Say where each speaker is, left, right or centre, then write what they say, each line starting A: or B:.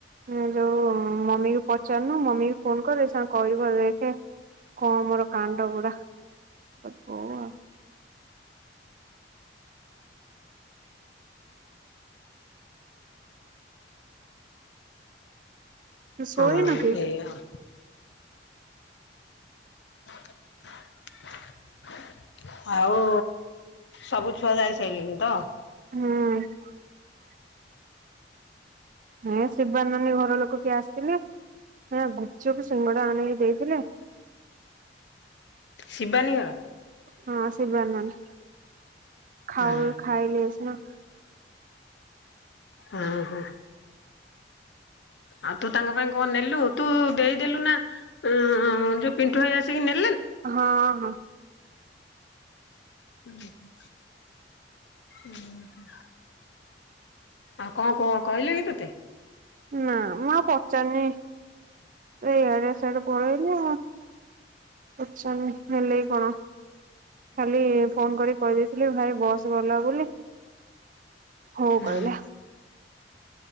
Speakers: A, on the right; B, on the left.
A: ଉଁ ଯୋଉ ମମିକୁ ପଚାରୁନୁ ମମିକୁ ଫୋନ କରେ ସେ କଁ କହିବ ଦେଖୀ କଁ ମୋରୋ କାଣ୍ଡ ଗୁଡା ମୁଁ କହିଲି ହୋଉ ଆଉ। ତୁ ଶୋଇନୁ
B: ହଁ
A: କି?
B: ଏୟା ଆଉ। <inaudible> ଆଉ ସବୁ ଛୁଆ ଯାଇ ସାଇଲେଣିି ତ।
A: ହୁଁ। ହେଁ ଶିବାନ ନାନୀ ଘର ଲୋକୋ କିଏ ଆସିଥିଲେ ହେରା ଗୁପଚପ ସିଙ୍ଗ ଡା ଆଣିକି ଦେଇଥିଲେ।
B: ଶିବାନୀ ଘର।
A: ହଁ ଶିବାନୀ ନାନୀ ଖାଉ
B: ହଁ
A: ଖାଇ। <unintelligible>
B: ଅହଁ। ଆଉ ତୁ ତାଙ୍କ ପାଇଁ କଁ ନେଲୁ ତୁ ଦେଇଦେଲୁ ନା ଅଁ ଯୋଉ ପିଣ୍ଠୁ ଭାଇ ଆସିକି ନେ
A: ହଁ ହଁ।
B: ଉହୁଁ ଉହୁଁ। ଆଉ କଁ କୋ କହିଲେ କି ତତେ।
A: ନା ମୁଁ ଆଉ ପଚାରୁନି ଇଆଡେ ସିଆଡେ ପଳେଇଲେ ପଚାରିନି ହେଲେ କଣ ଖାଲି ଫୋନ କରି କହିଦେଇଥିଲି ଭାଇ ବସ୍ ଭଲ ଲାଗୁନି ହଉ
B: ହୁଁ।
A: କହିଲା